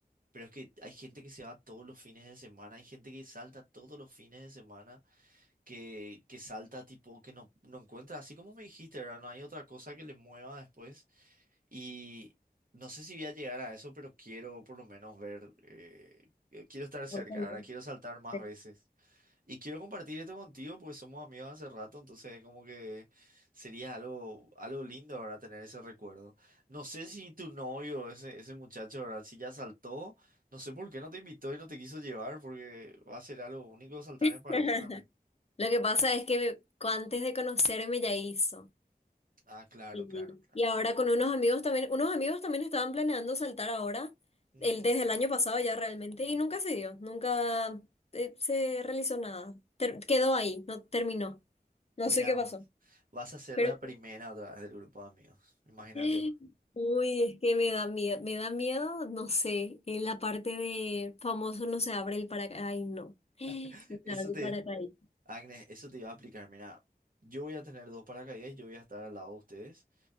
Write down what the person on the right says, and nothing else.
Pero es que hay gente que se va todos los fines de semana, hay gente que salta todos los fines de semana, que, que salta tipo, que no, no encuentra, así como me dijiste, ¿verdad? No hay otra cosa que le mueva después. Y no sé si voy a llegar a eso, pero quiero por lo menos ver, eh, eh, quiero estar cerca,
¿verdad?
Quiero saltar más
veces. Y quiero compartir esto contigo porque somos amigos hace rato, entonces como que sería algo, algo lindo, ¿verdad? Tener ese recuerdo. No sé si tu novio, ese, ese muchacho, ¿verdad? Si ya saltó, no sé por qué no te invitó y no te quiso llevar porque va a ser algo único saltar
en pareja también.
Ah, claro,
claro, claro.
Ujú.
Mirá,
vos,
vas a ser
la primera otra vez del grupo de amigos. Imagínate
vos.
<laughs>
Eso
te,
Agnes, eso te iba a explicar. Mira, yo voy a tener dos paracaídas y yo voy a estar al lado de ustedes.